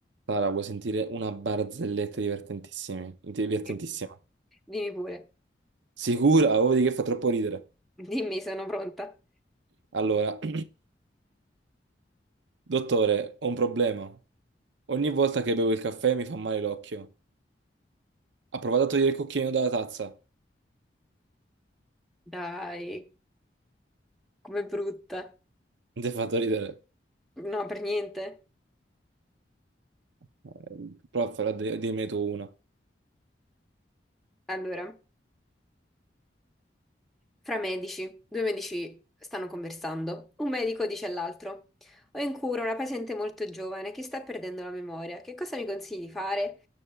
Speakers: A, on the right; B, in the centre.
A: Sara, vuoi sentire una barzelletta divertentissima? Divertentissima.
B: Dimmi dimmi pure,
A: Sicura? Oh, di che fa troppo ridere.
B: dimmi, sono pronta.
A: Allora, <clears throat> dottore, ho un problema. Ogni volta che bevo il caffè mi fa male l'occhio. Ha provato a togliere il cucchiaino dalla tazza. Non
B: Dai, com'è brutta.
A: ti ha fatto ridere.
B: No, per niente.
A: Eh, prova a farla di- dirmene tu una.
B: Allora, fra medici, due medici stanno conversando. Un medico dice all'altro: Ho in cura una paziente molto giovane che sta perdendo la memoria. Che cosa mi consigli di fare?